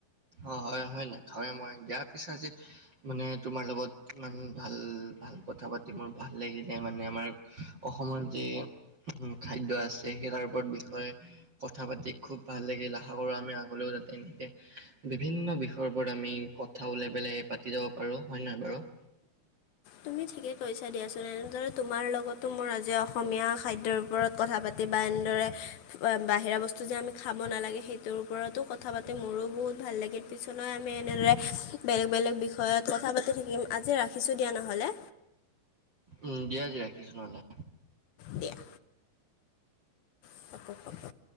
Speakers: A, on the right; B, on the left.
A: অ হয় হয় নাখাওৱে মই। দিয়া পিছে আজি মানে তোমাৰ লগত ইমান ভাল ভাল কথা পাতি মোৰ ভাল লাগিলে। মানে আমাৰ অসমত যি খাদ্য আছে সেই তাৰ ওপৰত বিষয় কথা পাতি খুব ভাল লাগিল। আশা কৰো আমি আগলৈও যাতে এনেকে বিভিন্ন বিষয়ৰ ওপৰত আমি কথা ওলাই পেলাই পাতি যাব পাৰো। হয় নে নহয় বাৰু?
B: তুমি ঠিকে কৈছা দিয়াচোন। এনেদৰে তোমাৰ লগতো মোৰ আজি অসমীয়া খাদ্যৰ ওপৰত কথা পাতি বা এনেদৰে বাহিৰা বস্তু যে আমি খাব নালাগে সেইটোৰ ওপৰতো কথা পাতি মোৰো বহুত ভাল লাগিল। পিছলৈ আমি এনেদৰে বেলেগ বেলেগ বিষয়ত কথা পাতি থাকিম। আজি ৰাখিছোঁ দিয়া নহ'লে।
A: উম, দিয়া দিয়া ৰাখিছো নহ'লে।
B: দিয়া। <unintelligible>